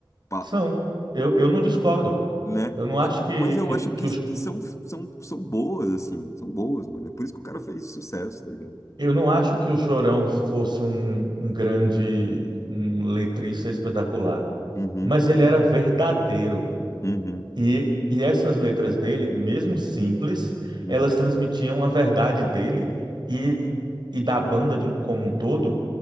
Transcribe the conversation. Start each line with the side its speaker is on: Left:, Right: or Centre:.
Left: pa-
Right: são. Eu, eu não discordo.
Left: né?
Right: Eu não
Left: Só
Right: acho
Left: que-
Right: que,
Left: Mas eu
Right: que,
Left: acho que,
Right: que os,
Left: que são, são, são boas, assim, são boas, mano. É por isso que o cara fez sucesso, tá ligado?
Right: eu não acho que o Chorão fosse um, um grande um letrista espetacular.
Left: Uhum,
Right: Mas ele era verdadeiro.
Left: uhum,
Right: E, e essas letras dele, mesmo simples,
Left: uhum,
Right: elas transmitiam a verdade dele e, e da banda de um- como um todo,